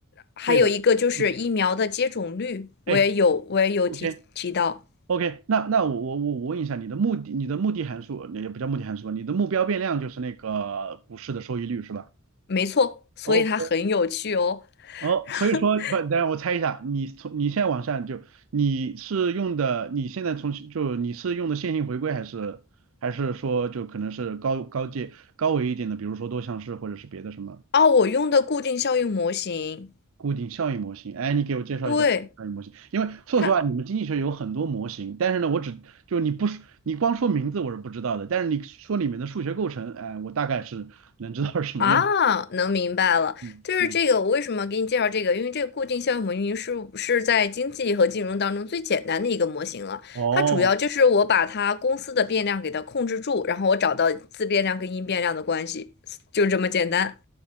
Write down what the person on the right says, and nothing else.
对的，嗯，哎
，OK OK，那那我我我我问一下你的目的，你的目的函数也不叫目的函数，你的目标变量就是那个股市的收益率是吧
？OK 哦，
所以说不，等下我猜一下，你从你现在往下就你是用的，你现在从就你是用的线性回归还是还是说就可能是高高阶高维一点的，比如说多项式或者是别的什么
固定效应模型？哎，你给我介绍一下固定效应模型，
因为说实话，
你们经济学有很多模型，但是呢，我只就你不说你光说名字我是不知道的，但是你说里面的数学构成，哎，我大概是能知道是什么样子。
嗯嗯，
哦